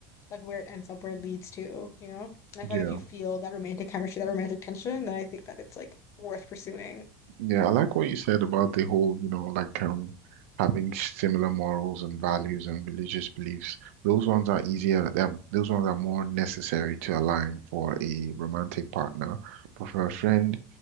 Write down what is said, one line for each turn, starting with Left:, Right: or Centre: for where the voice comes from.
Left: like where it ends up, where it leads to, you know? And I feel
Right: Yeah.
Left: like if you feel that romantic chemistry, that romantic tension, then I think that it's like worth pursuing.
Right: Yeah, I like what you said about the whole, you know, like um having similar morals and values and religious beliefs. Those ones are easier, um, those ones are more necessary to align for a romantic partner. But for a friend,